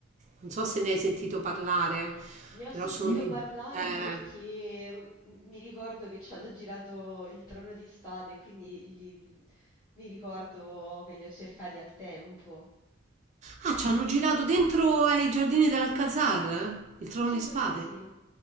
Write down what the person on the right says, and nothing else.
Non so se ne hai sentito parlare,
però
sono di...
eh,
Ah, ci hanno girato dentro ai giardini dell'Alcazar? Il Trono
di Spade?